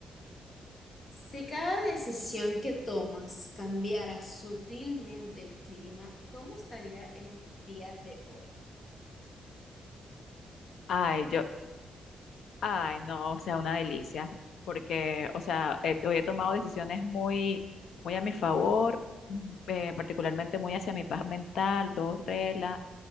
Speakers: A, on the left; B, on the left.
A: Si cada decisión que tomas cambiara sutilmente el clima, ¿cómo estaría el día de hoy?
B: Ay, yo, ay, no, o sea, una delicia, porque, o sea, he- hoy he tomado decisiones muy, muy a mi favor, mm, eh, particularmente muy hacia mi paz mental, todo relax